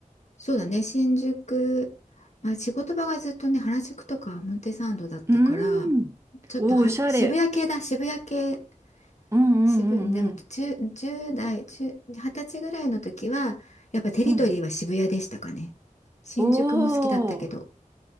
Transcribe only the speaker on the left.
そうだね。新宿、まあ、仕事場がずっとね、原宿とか表参道だったから、
ちょっとは渋谷系だ、
渋谷系、
渋、でも10、じゅう代、10、20歳ぐらいの時は、やっぱテリトリーは渋谷でしたかね。
新宿も好きだったけど、